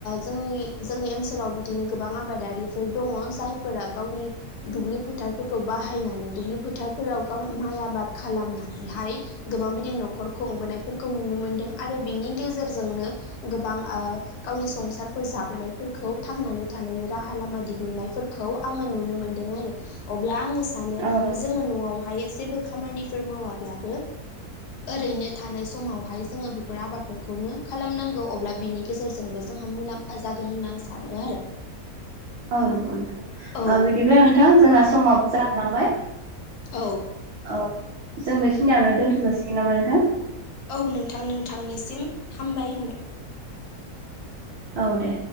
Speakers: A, on the left; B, on the right.
A: जोंनि जोंनि ओनसोलाव बिदिनो गोबां आबादारिफोर दङ। जायफोरा गावनि दुब्लि फोथारफोरखौ बाहायनानै दुब्लि फोथारफोराव गाव माइ आबाद नानैहाय गोबां बिदि न'खर खुंबोनायफोरखौ नुनो मोनदों आरो बिनि गेजेरजोंनो गोबां गावनि संसारफोर जाबोनायफोरखौ थांनानै थानायनि राहा लामा दिहुननायफोरखौ आङो नुनो मोनदों आरो अब्ला आङो सानो
B: औ
A: जोङो न'आवहाय जेबो खामानि माब्लाबो ओरैनो थानाय समावहाय जोङो बेफोर आबादफोरखौनो खालामनांगौ अब्ला बिनि गेजेरजोंबो जों जोंहा मुलाम्फा जागोन होननानै आं सानो आरो
B: औ नंगौ नोंथां
A: औ
B: बिदिब्ला
A: बि
B: नोंथां जोंना समाबो जाखालांबाय
A: औ
B: औ जों बेखिनियावनो दोनथ' जासिगोन नामा नोंथां।
A: औ नोंथां नोंथांनिसिम हामबाय होनबाय
B: औ दे।